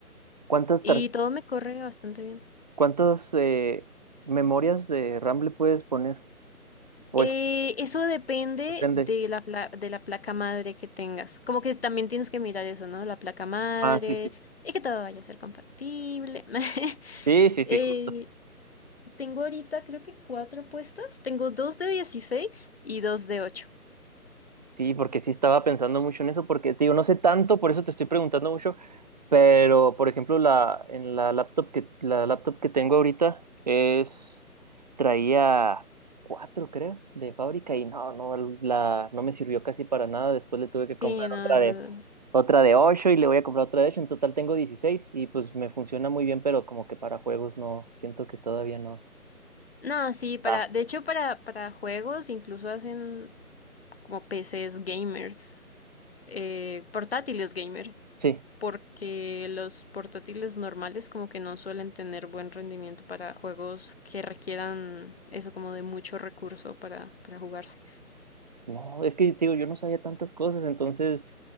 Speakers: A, on the right (about 25°); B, on the left (about 40°).
A: ¿Cuántas
B: Y
A: tar?
B: todo me corre bastante bien.
A: ¿Cuántas eh, memorias de RAM le puedes poner? O
B: Eh,
A: eso
B: eso depende
A: depende.
B: de la, pla- de la placa madre que tengas. Como que también tienes que mirar eso, ¿no? La placa madre,
A: Ah, sí, sí.
B: y que todo vaya a ser compatible. <laughs>
A: Sí, sí, sí,
B: Eh,
A: justo.
B: tengo ahorita creo que cuatro puestas. Tengo dos de 16 y dos de ocho.
A: Sí, porque sí estaba pensando mucho en eso, porque, te digo, no sé tanto, por eso te estoy preguntando mucho, pero, por ejemplo, la, en la laptop que, la laptop que tengo ahorita es, traía cuatro, creo, de fábrica y no, no, la, no me sirvió casi para nada, después le tuve que
B: Sí,
A: comprar
B: no,
A: otra
B: eso
A: de
B: es-
A: otra de 8 y le voy a comprar otra de ocho En total tengo 16 y pues me funciona muy bien, pero como que para juegos no, siento que todavía no.
B: No, sí, para...
A: Ah,
B: De hecho, para, para juegos incluso hacen como PCs gamer, eh, portátiles gamer.
A: sí.
B: porque los portátiles normales como que no suelen tener buen rendimiento para juegos que requieran eso como de mucho recurso para, para jugarse.
A: No, es que te digo, yo no sabía tantas cosas, entonces